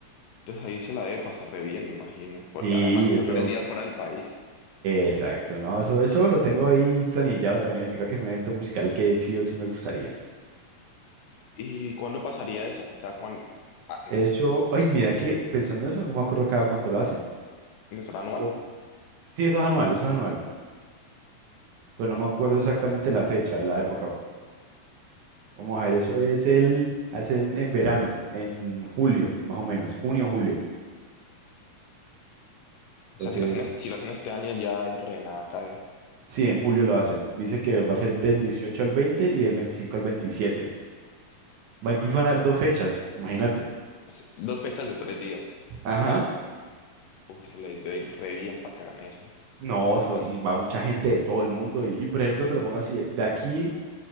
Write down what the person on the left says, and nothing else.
entonces ahí se la debe pasar re bien, me imagino. porque
además que
son tres días fuera del país.
¿Y cuándo pasaría eso? O sea, ¿cuándo? Ah, eh,
¿no será anual?
La-
o
sea, si lo hacen, es- si lo hacen este año, ya dentro de nada cae.
O sea, dos fechas de tres días.
Uy, se le debe ir re bien para que hagan eso.